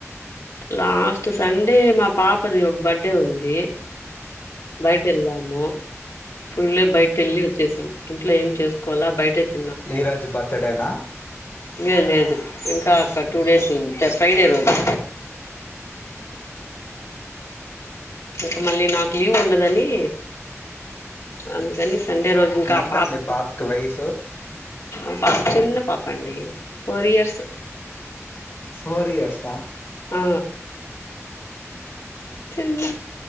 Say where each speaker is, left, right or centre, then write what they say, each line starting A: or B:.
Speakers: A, on the left (about 80°); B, on the left (about 50°).
A: లాస్ట్ సండే మా పాపది ఒక బర్త్డే ఉంది బయట ఎలాము ఫుల్ బయట వెళ్ళలి వచ్చేసాం ఇంట్లో ఏం చేసుకోవాల బయటతే
B: నిరాజ్ బాతడి అంటేనా
A: లేదు లేదు ఇంకా అ టూ డేస్ ఫ్రైడే రోజు ఇంకా మళ్ళీ నాకు లీవ్ ఉండదని అందుకని సండే రోజు ఇంకా
B: ఎంతండి
A: ఆ పాప
B: పాపకి వయసు
A: మా పాప చిన్న పాప అండి ఫోర్ ఇయర్స్
B: సోరిీ అర్సా
A: ఆ చిన్న